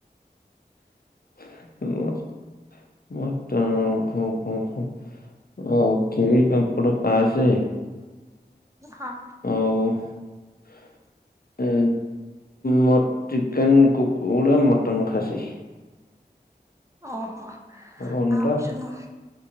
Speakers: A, on the left; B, on the right.
A: ମଟନ ଆଉ କ୍ଷୀରି ପାମ୍ପଟ ପାସେ
B: ହଁ।
A: ଆଉ ମ ଚିକେନ୍ କୁକୁଡ଼ା ମଟନ୍ ଖାସି।
B: ଓହୋ
A: ଅଣ୍ଡା
B: ଆଉ ଯୋଉ